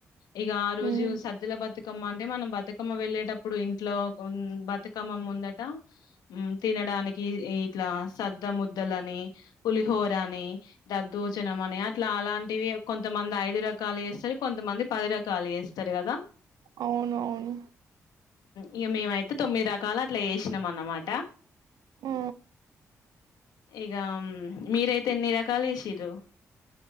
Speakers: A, on the left; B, on the right.
A: ఇక ఆ రోజు
B: ఉమ్
A: సజ్జల బతుకమ్మ. అంట మనం బతుకమ్మ వెళ్లేేడ. ఇప్పుడు ఇంట్లో బతుకమ్మం ఉందట తినడానికి ఇట్లా సద్ద ముద్దల అని పులిహోరని దద్దోచనం అని అట్లా అలాంటివి కొంతమంది ఐదు రకాలు చేస్తారు కొంతమంది పది రకాలు చేస్తారు కదా
B: అవును అవును
A: ఇక మేమైతే తొమ్మిది రకాలు అట్లా చేసినాం అన్నమాట.
B: ఆ
A: ఇగా అం మీరైతే ఎన్ని రకాలు చేశింరు.